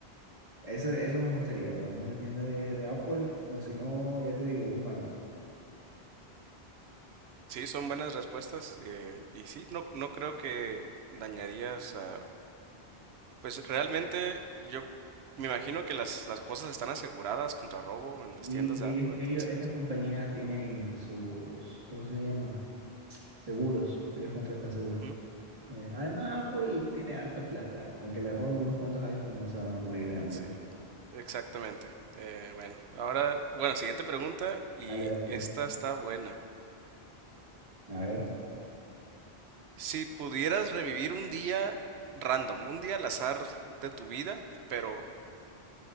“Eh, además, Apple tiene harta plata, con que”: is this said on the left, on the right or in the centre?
Right